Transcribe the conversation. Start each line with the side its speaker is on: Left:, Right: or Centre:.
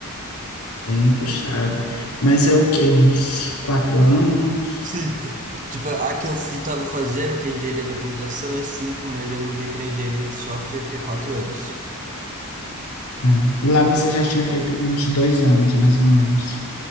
Left: bem puxado. Mas
Right: É,
Left: é o quê? Uns quatro anos?
Right: cinco. Tipo, a que eu fi- tava fazendo, que é engenharia da computação, é cinco, mas eu mudei para engenharia de software, que é quatro anos.
Left: É. Lá você já tinha feito uns dois anos, mais ou menos.